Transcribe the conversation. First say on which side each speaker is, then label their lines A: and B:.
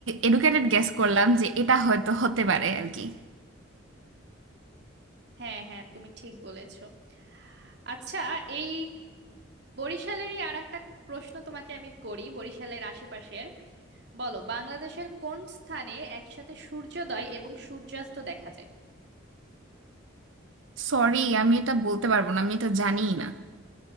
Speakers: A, on the right; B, on the right.
A: এডুকেটেড গেস করলাম যে এটা হয়তো হতে পারে আর কি
B: হ্যাঁ হ্যাঁ তুমি ঠিক বলেছো আচ্ছা এই বরিশালেরই আর একটা প্রশ্ন তোমাকে আমি করি বরিশালের আশেপাশের বলো বাংলাদেশের কোন স্থানে একসাথে সূর্যোদয় এবং সূর্যাস্ত দেখা যায়
A: সরি আমি এটা বলতে পারবো না আমি এটা জানিই না